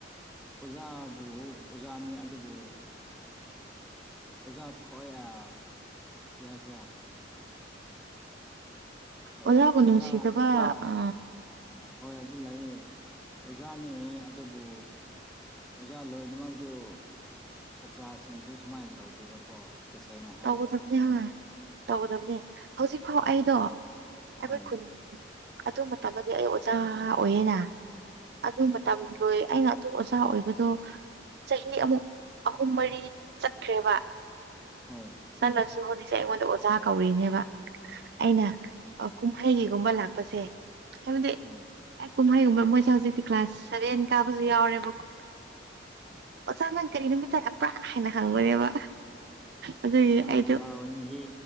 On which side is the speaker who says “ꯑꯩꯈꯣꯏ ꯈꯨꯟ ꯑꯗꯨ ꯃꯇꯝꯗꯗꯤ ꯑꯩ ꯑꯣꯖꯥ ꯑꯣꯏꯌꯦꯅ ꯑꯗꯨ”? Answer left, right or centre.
Right